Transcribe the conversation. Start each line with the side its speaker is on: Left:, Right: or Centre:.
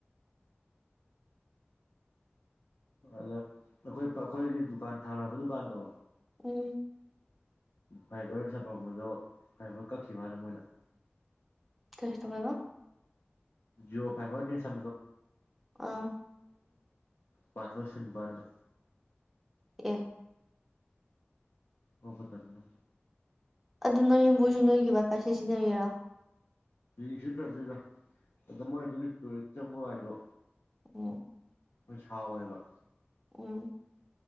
Left: ꯑꯗ ꯑꯩꯈꯣꯏ ꯑꯩꯈꯣꯏꯒꯤ ꯗꯨꯀꯥꯟ ꯊꯥꯅꯕ ꯗꯨꯀꯥꯟꯗꯣ
Centre: ꯎ
Left: ꯐꯥꯏꯕꯔ ꯁꯥꯐꯝꯝꯕꯗꯣ ꯐꯥꯏꯕꯔ ꯀꯛꯈꯤꯕꯅ ꯃꯣꯏꯅ
Centre: ꯀꯁꯨ ꯊꯕꯥꯕ
Left: ꯌꯣ ꯐꯦꯕꯋꯥꯔꯤꯗꯤꯁꯣ
Centre: ꯑꯥ
Left: ꯄꯥꯁ ꯄꯁꯅꯤꯕꯗ
Centre: ꯑꯦ
Left: ꯍꯧꯕ ꯇꯕꯅ
Centre: ꯑꯗꯨ ꯅꯣꯏ ꯌꯨꯝꯕꯨꯁꯨ ꯅꯣꯏꯒꯤ ꯕꯥꯏꯄꯥ ꯁꯤꯖꯤꯟꯅꯔꯤꯔ
Left: ꯌꯦꯁꯤꯟ ꯆꯗ꯭ꯦꯗ ꯑꯗ ꯃꯣꯏꯗꯨꯒꯤ ꯇꯨꯔꯦꯟ ꯆꯪꯕ ꯒꯥꯥꯏꯗꯣ
Centre: ꯑꯣ
Left: ꯑꯩꯣꯏ ꯍꯥꯎꯋꯦꯕ
Centre: ꯑꯣ